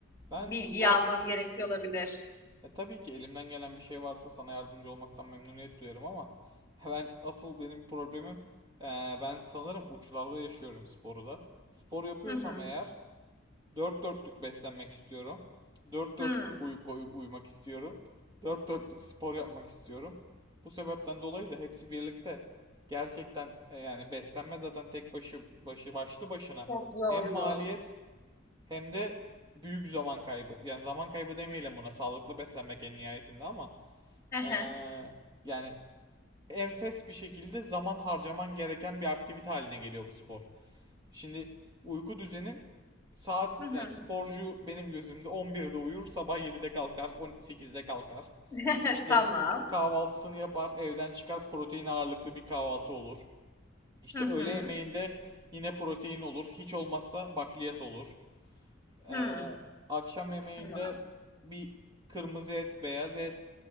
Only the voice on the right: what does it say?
Ben
spor
Ya tabii ki elimden gelen bir şey varsa sana yardımcı olmaktan memnuniyet duyarım ama <laughs> ben asıl benim problemim eee, ben sanırım uçlarda yaşıyorum sporu da. Spor yapıyorsam
eğer dört dörtlük beslenmek istiyorum. Dört dörtlük
uyku uyumak istiyorum. Dört dörtlük spor yapmak istiyorum. Bu sebepten dolayı da hepsi birlikte gerçekten e, yani beslenme zaten tek başı başı başlı başına
hem maliyet hem de büyük zaman kaybı. Yani zaman kaybı demeyelim buna. Sağlıklı beslenmek en nihayetinde ama
eee,
yani enfes bir şekilde zaman harcaman gereken bir aktivite haline geliyor bu spor. Şimdi uyku düzenin saat
yani sporcu benim gözümde 11'de uyur, sabah 7'de kalkar, 18'de kalkar.
İşte
kahvaltısını yapar, evden çıkar, protein ağırlıklı bir kahvaltı olur. İşte
öğle
yemeğinde yine protein olur, hiç olmazsa bakliyat olur. Ee,
akşam yemeğinde
bir kırmızı et, beyaz et,